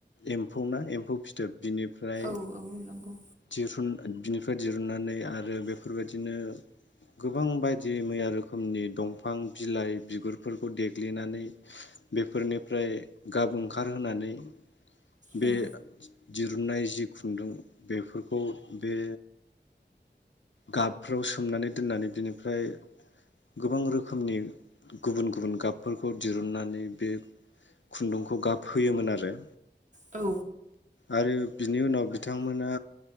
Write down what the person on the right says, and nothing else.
औ नंगौ
औ
औ